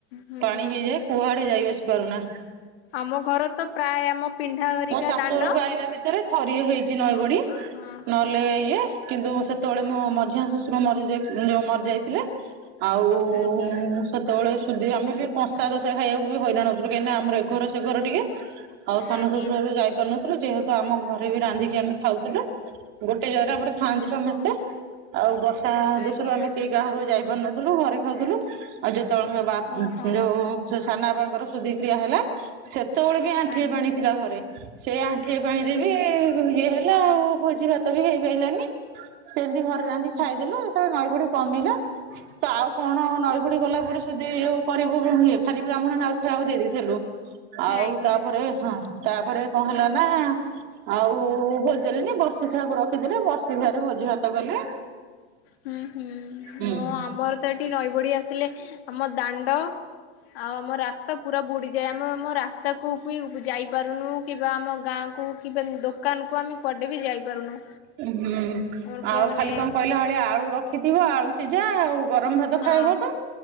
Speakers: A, on the left; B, on the right.
A: ହୁଁ
B: ପାଣି ହେଇଯାଏ। କୁଆଡେ ଯାଇ ଆସି ପାରୁନା।
A: ଆମ ଘର ତ ପ୍ରାୟ ଆମ ପିନ୍ଧାଘରିକା
B: ମୋ ଶାଶୁଘରକୁ
A: ଦାଣ୍ଡ।
B: ଆଇଲା ଭିତରେ ଥରିଏ ହେଇଛି ନଈ ବଡି।
A: ଓହୋ
B: ନହେଲେ
A: ହୁଁ
B: ଇଏ କିନ୍ତୁ ସେତେବେଳେ ମୁଁ ମଝିଆ ଶଶୁର ମରିଯାଇଥିଲେ। ଆଉ
A: ଆଜ୍ଞା
B: ସେତେବେଳେ ସୁଧି ଆମେ ବି କଂସା ଦ ଖାଇବାକୁ ବି ହଇରାଣ ହଉଥିଲୁାହିଁକି ଆମର ଏ ଘର ସେ ଘର ଟିକେ ଆଉ ସାନ
A: ଆଜ୍ଞା
B: ଶ୍ୱଶୁର ଯାଇପାରୁନାହାନ୍ତି। ଥିଲ ଯେହେତୁ ଆମ ଘରେ ବି ରାନ୍ଧିକି ଆମେ ଖାଉଥିଲୁ ଗୋଟେ ଜାଗରେ ଆମର ଖାଆନ୍ତି
A: ଓହୋ
B: ସମସ୍ତେ। ଆଉ ବର୍ଷା
A: ଆଜ୍ଞା
B: ଦଷରୁ ଆମେ କେହି ଗାଁରୁ ଯାଇପାରୁ ନଥିଲୁ ଘରେ ଖାଉଥିଲୁ। ଆଉ ଯେତବେଳେ
A: ଓହୋ
B: ଯୋଉ ସାନ ବାପାଙ୍କର ଶ ସୁଧିକ୍ରିୟା ହେଲା ସେ ସେତେବେଳେ ବି ଆଣ୍ଠିଏ
A: ଆଜ୍ଞା
B: ପାଣି ଥିଲା ଘରେ ସେ ଆଣ୍ଠିଏ
A: ହୁଁ
B: ପାଣିରେ
A: ହୁଁ
B: ବି ଇଏ ହେଲା ଆଉ ଭୋଜି ଭାତ ବି ହେଇପାରଲାନି ସେମିତି ଘରେ ରାନ୍ଧି
A: ହୁଁ
B: ଖାଇଦେଲୁ। ନଈ ବଢି କମିଲା ତ ଆଉ କଣ ନଈ ବଢି ଗଲା ପରେ ସୁଧି ଇ କରିବୁ ଇଏ ଖାଲି ବ୍ରାହ୍ମଣ ଆଉ ଖାଇବାକୁ ଦେଇ ଦେଇଥିଲୁ ଆଉ
A: ଆଜ୍ଞା
B: ତାପରେ ହଁ ତାପରେ କଣ ହେଲା ନାଁ ଆଉ ଭୋଜି ଦେଲେନି ବର୍ଷ ଖିଆକୁ ରଖିଦେଲେ ବର୍ଷ ଖିଆରେ ଭୋଜି ଭାତ କଲେ।
A: ହୁଁ ହୁଁ।
B: ହୁଁ
A: ହଁ
B: <unintelligible>
A: ଆମର ତ ଏଠି ନଈ ବଢି ଆସିଲେ ଆମ ଦାଣ୍ଡ ଆଉ ଆମ ରାସ୍ତା ପୁ ବୁଡିଯାଏ ଆମେ ଆମ ରାସ୍ତାକୁ ବି ଯାଇ ପାରୁନୁ କିମ୍ବା ଆମ ଗାଁକୁ କି ଦୋକାନକୁ ଆମେ କୁଆଡେ ବି ଯାଇପାରୁନୁ।
B: ହୁଁ
A: ଆମର ପୁରା
B: ଆଉ
A: ମାନେ
B: ଖାଲି କଣ କହିଲେ ଭଳିଆ ଆଳୁ ରଖିଥିବ ଆଳୁ ସିଝା ଆଉ ଗରମ ଭାତ
A: ହଁ
B: ଖାଇବ ତ?